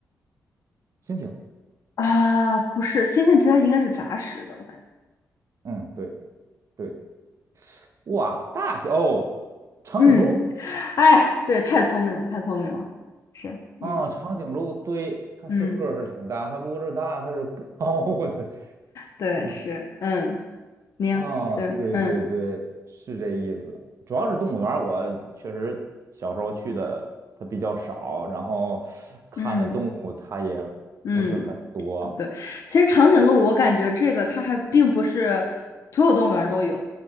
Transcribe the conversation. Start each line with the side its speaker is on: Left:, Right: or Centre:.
Right: 猩猩，
Left: 啊，不是，星星其他应该是杂食的，我感觉。
Right: 嗯，对对，哇，大小哦长颈鹿
Left: 嗯，哎，对，太聪明了，太聪明了。是，嗯
Right: 啊，长颈鹿，对，它是个儿是挺大，
Left: 嗯，
Right: 它不是大，它是高的，
Left: 对，
Right: <laughs>
Left: 是，嗯，宁，
Right: 啊，
Left: 行，
Right: 对对对，
Left: 嗯
Right: 是这意思。主要是动物园，我确实小时候去的它比较少，然后看的动物它也不是很多。
Left: 嗯嗯，对。其实长颈鹿，
Right: 对
Left: 我感觉这个它还并不是所有动物园儿都有，